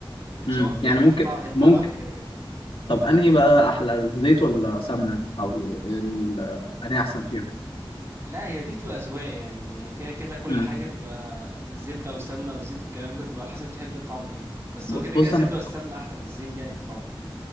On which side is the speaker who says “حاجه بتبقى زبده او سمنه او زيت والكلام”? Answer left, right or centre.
Right